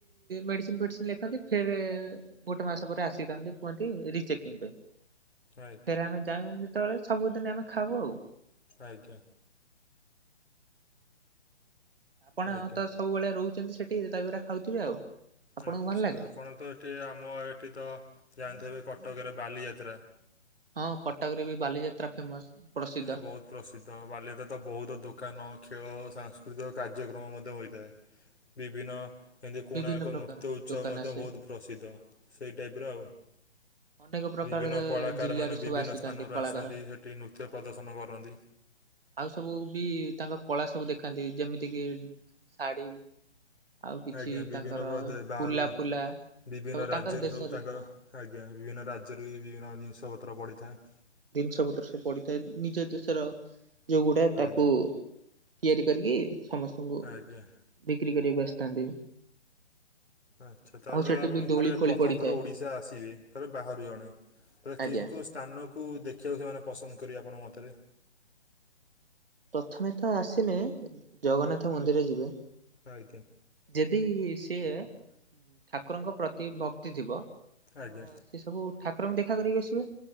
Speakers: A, on the right; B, on the left.
A: ମେଡ଼ିସିନ ଫେଡ଼ିସିନ ଲେଖନ୍ତି ଫେରେ ଏ ଗୋଟେ ମାସ ପରେ ଆସିଥାନ୍ତି କୁହନ୍ତି ରିଚେକିଂ ପାଇଁ।
B: ଆଗ
A: ଫେରେ ଆମେ ଯେତେବେଳେ ସବୁଦିନେ ଆମେ ଖାଉୁ ଆଉ
B: ଆଜ୍ଞା।
A: ଆପଣ
B: ଆଜ୍ଞା।
A: ତ ସବୁବେଳେ ରହୁଚନ୍ତି ସେଟି ଦହିବରା ଖାଉଥିବେ ଆଉ। ଆପଣଙ୍କୁ
B: ଆଚ୍ଛା
A: ଭଲ ଲାଗେ
B: ଆପଣ ତ ଏଠି ଆମ ଏଠି ତ ଜାଣିଥିବେ କଟକରେ ବାଲିଯାତ୍ରା
A: ହଁ କଟକ ରେ ବି ବାଲିଯାତ୍ରା ଫେମସ। ପ୍ରସିଦ୍ଧ
B: ଏ ବହୁତ ପ୍ରସିଦ୍ଧ ବାଲିଯାତ୍ରା ରେ ତ ବହୁତ ଦୋକାନ ଖେଳ ଓ ସାଂସ୍କୃତିକ କାର୍ଯ୍ୟକ୍ରମ ମଧ୍ୟ ହୋଇଥାଏ। ବିଭିନ୍ନ ଏମିତି କୋଣାର୍କ
A: ବିଭିନ୍ନ ପ୍ରକାର
B: ନୃତ୍ୟ ଉତ୍ସବ
A: ଦୋକାନ
B: ମଧ୍ୟ
A: ଆସେ
B: ବହୁତ ପ୍ରସିଦ୍ଧ ସେଇ ଟାଇପ୍ ର ଆଉ।
A: ଅନେକ ପ୍ରକାର
B: ବିଭିନ୍ନ କଳାକାରମାନେ
A: ଜିଲ୍ଲାରୁ ସବୁ
B: ବିଭିନ୍ନ
A: ଆସିଥାନ୍ତି
B: ସ୍ଥାନରୁ
A: କଳାକାର।
B: ଆସିଥାନ୍ତି ହେଠି ନୃତ୍ୟ
A: ହଁ
B: ପ୍ରଦର୍ଶନ କରନ୍ତି।
A: ଆଉ ସବୁ ବି ତାଙ୍କ କଳା ସବୁ ଦେଖନ୍ତି ଯେମିତି କିି ଶାଢ଼ୀ ଆଉ କିଛି
B: ଆଜ୍ଞା ବିଭିନ୍ନ
A: ତାଙ୍କର
B: ପ୍ରଦେ ବାହାରୁ
A: କୁଲା ଫୁଲା
B: ବିଭିନ୍ନ
A: ସବୁ
B: ରାଜ୍ୟରୁ
A: ତାଙ୍କ ଦେଶରେ
B: ସବୁ ତାଙ୍କ
A: ହଁ
B: ଆଜ୍ଞା ବିଭିନ୍ନ ରାଜ୍ୟରୁ ବି ବିଭିନ୍ନ ଜିନିଷପତ୍ର ପଡ଼ିଥାଏ।
A: ଜିନିଷ ପତ୍ର ସେ ପଡିିଥାଏ ନିଜ ଦେଶର ଯୋଉଗୁଡା ତାକୁ
B: ଆଜ୍ଞା
A: ତିଆରି କରିକି ସମସ୍ତଙ୍କୁ
B: ଆଜ୍ଞା।
A: ବିକ୍ରି କରିବାକୁ ଆସିଥାନ୍ତି।
B: ଆଚ୍ଛା ତାହେଲେ
A: ଆଉ ସେଠି
B: ତ ଆପଣ
A: ବି ଦୋଳି
B: ଥରେ
A: ଫୋଳି
B: ପ୍ରଥମ
A: ପଡିଥାଏ
B: ଥରେ ଓଡ଼ିଶା ଆସିବେ ଥରେ ବାହାରୁ ଜଣେ ତାଲେ
A: ଆଜ୍ଞା
B: କେଉଁ କେଉଁ ସ୍ଥାନକୁ ଦେଖିବାକୁ ସେମାନେ ପସନ୍ଦ କରିବେ ଆପଣଙ୍କ ମତରେ?
A: ପ୍ରଥମେ ତ ଆସିଲେ ଜଗନ୍ନାଥ ମନ୍ଦିର ଯିବେ।
B: ଆଜ୍ଞା।
A: ଯଦି ସିଏ ଠାକୁରଙ୍କ ପ୍ରତି ଭକ୍ତି ଥିବ ତ
B: ଆଜ୍ଞା
A: ସେ ସେ ସବୁ ଠାକୁରଙ୍କୁ ଦେଖା କରିକି ଆସିବେ